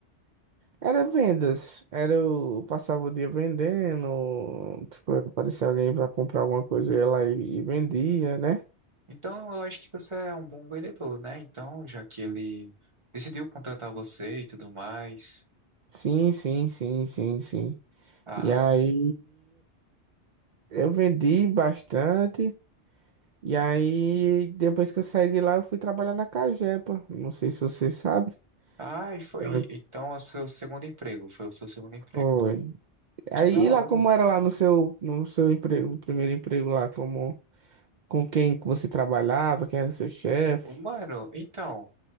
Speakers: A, on the right (about 50°); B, on the right (about 25°).
A: Era vendas, era eu passava o dia vendendo, tipo, aparecia alguém pra comprar alguma coisa, eu ia lá e, e vendia, né?
B: Então, eu acho que você é um bom vendedor, né? Então, já que ele decidiu contratar você e tudo mais.
A: Sim, sim, sim, sim, sim.
B: Ah,
A: E aí eu vendi bastante. E aí, depois que eu saí de lá, eu fui trabalhar na Cagepa. Não sei se você sabe.
B: ah, e foi.
A: Aí
B: Então, é o seu segundo emprego. Foi o seu segundo emprego,
A: Foi.
B: então.
A: Aí,
B: Que da hora.
A: e lá como era lá no seu, no seu emprego, no primeiro emprego lá, como com quem que você trabalhava, quem era seu chefe?
B: Ô, Mano, então,